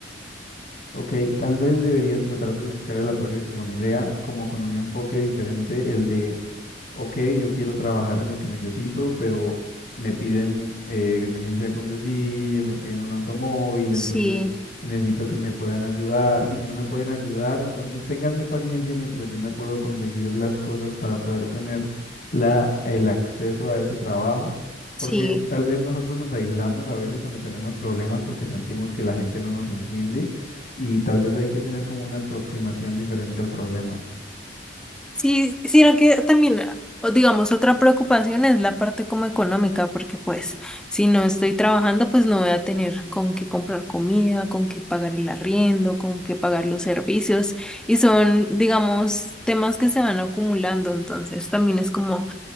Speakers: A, on the left (about 55°); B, in the centre.
A: Ok, tal vez deberías tratar de buscar el apoyo de tu familia como con un enfoque diferente, el de ok, yo quiero trabajar en lo que necesito, pero me piden eh, licencia de conducir, me piden un automóvil,
B: Sí,
A: entonces necesito que me puedan ayudar. Y si no me pueden ayudar, entonces ténganme paciencia mientras yo me puedo conseguir las cosas para poder tener la, el acceso a ese trabajo.
B: sí.
A: Porque tal vez nosotros nos aislamos a veces cuando tenemos problemas porque sentimos que la gente no nos entiende y tal vez hay que tener como una aproximación diferente al problema.
B: Sí, sino que también, ah, o digamos, otra preocupación es la parte como económica, porque pues si no estoy trabajando, pues no voy a tener con qué comprar comida, con qué pagar el arriendo, con qué pagar los servicios, y son, digamos, temas que se van acumulando, entonces también es como